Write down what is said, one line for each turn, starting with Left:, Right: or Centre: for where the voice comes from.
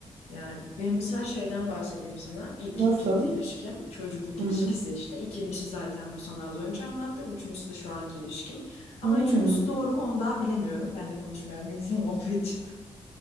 Left: Yani ben mesela şeyden bahsedeyim sana. İlk
Right: <laughs> Nasıl?
Left: ciddi ilişkim çocukluk
Right: Hı
Left: ilişkisi
Right: hı.
Left: işte. İkincisi zaten bu sana az önce anlattım. Üçüncüsü de şu anki ilişkim.
Right: Hmm.
Left: Ama üçüncüsü doğru mu onu daha bilemiyorum. Benle konuşmayan bir insan olduğu için. <laughs>